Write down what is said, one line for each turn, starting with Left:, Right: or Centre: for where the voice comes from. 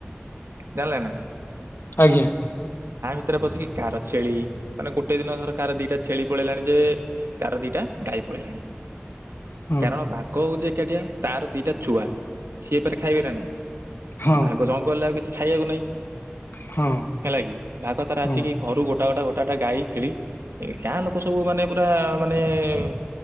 Right: ଜାଣିଲେ ନା।
Left: ଆଜ୍ଞା।
Right: ସେଥିରେ ପଶିକି କାହାର ଛେଳି ମାନେ ଗୋଟେ ଦିନର କାହାର ଦିଟା ଛେଳି ପଳେଇଲାଣି ଯେ କାହାର ଦିଟା ଗାଈ। ପଳେଇଲାଣି।
Left: ହଁ
Right: କାରଣ ବାଘ ହଉଛି ଏକାଠିଆ ତାର ଦିଟା ଛୁଆ ସିଏ ଫେରେ ଖାଇବେ ନା ନାହିଁ।
Left: ହଁ
Right: ବାଘ ଜଙ୍ଗଲରେ ଆଉ କିଛି ଖାଇବାକୁ ନାହିଁ।
Left: ହଁ
Right: ହେଲା କି ବାଘ ତାର
Left: ହଁ
Right: ଆସିକି ଘରୁ ଗୋଟା ଗୋଟା ଗୋଟା ଗଟା ଗାଈ ଛେଳି। ଗାଁ ଲୋକ ସବୁ ମାନେ ପୁରା ମାନେ ଉ